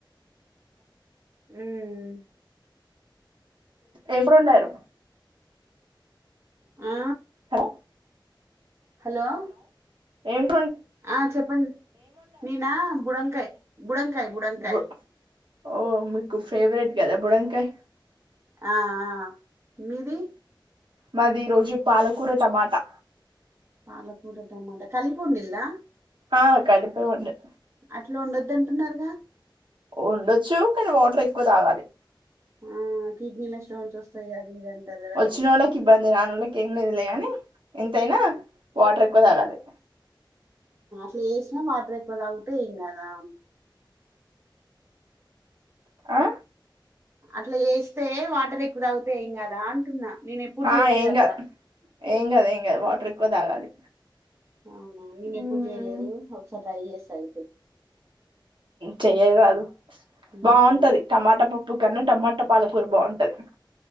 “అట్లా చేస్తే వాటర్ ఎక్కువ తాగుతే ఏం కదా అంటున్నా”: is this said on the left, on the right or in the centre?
Right